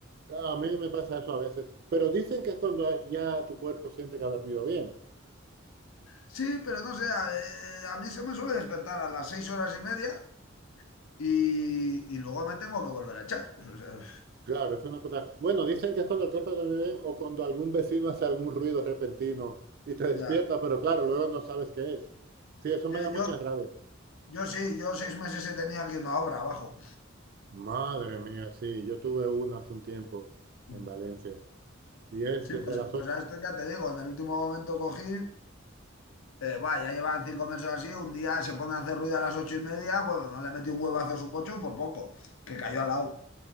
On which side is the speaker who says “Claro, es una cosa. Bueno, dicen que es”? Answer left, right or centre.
Right